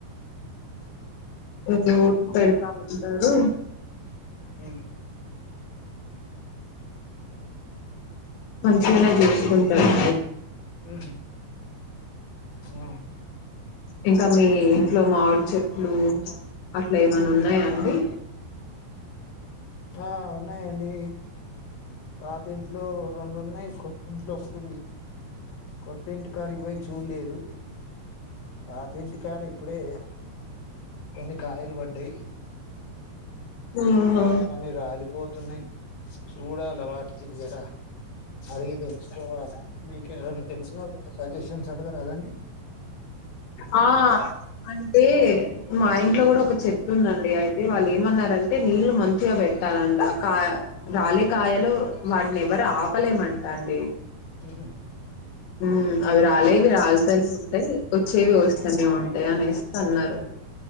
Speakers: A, on the left (about 85°); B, on the left (about 55°).
A: రోజు పెడతా ఉంటారు
B: ఉమ్
A: మంచిగానే చూసుకుంటారు
B: ఉ ఆ
A: ఇంకా మీ ఇంట్లో మావిడి చెట్లు అట్లా ఏమన్న ఉన్నాయా అండి
B: ఆ ఉన్నాయండి పాతింట్లో రెండు ఉన్నాయి కొత్త ఇంట్లో ఒకటి ఉంది కొత్త ఇంటికాటికి పోయి చూడలేదు పాత ఇంటి కాడ ఇప్పుడే కొన్ని కాయల్ పడ్డాయి
A: ఓహొ
B: అన్ని రాలిపోతున్నాయి. చూడాలే వాటికి జరా అడిగి తెలుసుకోవాలా మీకు ఎవరన్న తెలిసినోళ్ళు ఉంటె చెప్పు రాజేషయన్స్ అంటారు గాదా అదండీ
A: ఆ అంటే మా ఇంట్లో కూడా ఒక చెట్టు ఉందండి. అయితే వాళ్ళు ఏమన్నారంటే నీళ్లు మంచిగా పెట్టాలంట కా రాలే కాయలు వాటిని ఎవరు ఆపలేమంట అండి.
B: ఉహ్
A: హ్ అవి రాలేవి రాల్తానే ఉంటాయి. వచ్చేవి వస్తనే ఉంటాయి. అనేసి అన్నారు